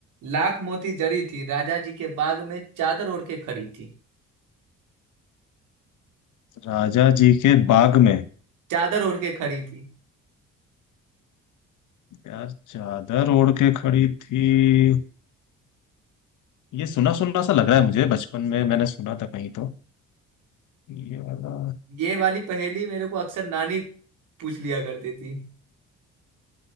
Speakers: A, on the right; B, on the left.
A: लाख मोती जड़ी थी राजा जी के बाग में चादर ओढ़ के खड़ी थी
B: राजा जी के बाग में
A: चादर ओढ़ के खड़ी थी
B: यार चादर ओढ़ के खड़ी थी ये सुना सुना सा लग रहा है मुझे बचपन में मैंने सुना था कहीं तो ये वाला
A: ये वाली पहेली मेरे को अक्सर नानी पूछ लिया करती थी